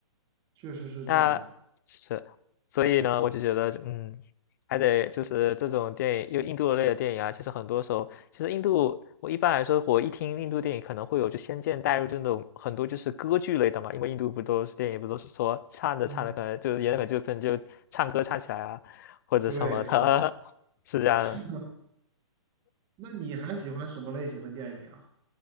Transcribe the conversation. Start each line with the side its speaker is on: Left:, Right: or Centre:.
Right: 确实是这样子。
Left: 那是，所以呢，我就觉得，嗯，还得就是这种电影，又印度类的电影啊，其实很多时候，其实印度，我一般来说，我一听印度电影可能会有就先见代入这种很多就是歌剧类的嘛，因为印度不都是电影不都是说唱着唱着可能就演那个就可能就唱歌唱起来啊，
Right: 嗯，
Left: 或者什么的，
Right: 对，是的，
Left: <laughs> 是这样的。
Right: <laughs> 是的，那你还喜欢什么类型的电影啊？